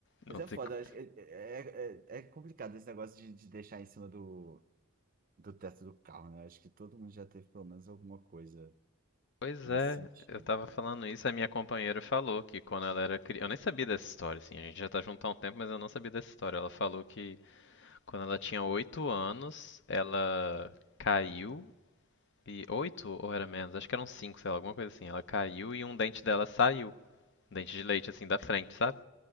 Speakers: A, on the left; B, on the right.
A: Não
B: Mas é
A: sei.
B: foda,
A: co-
B: acho que é, é, é- é complicado esse negócio de, de deixar em cima do, do teto do carro, né? Acho que todo mundo já teve pelo menos alguma coisa
A: Pois
B: nesse
A: é,
B: sentido.
A: eu tava falando isso, a minha companheira falou que quando ela era criança. Eu nem sabia dessa história, assim, a gente já tá junto há um tempo, mas eu não sabia dessa história. Ela falou que quando ela tinha 8 anos, ela caiu e. 8 ou era menos? Acho que eram 5, sei lá, alguma coisa assim. Ela caiu e um dente dela saiu. um Dente de leite, assim, da frente, sabe?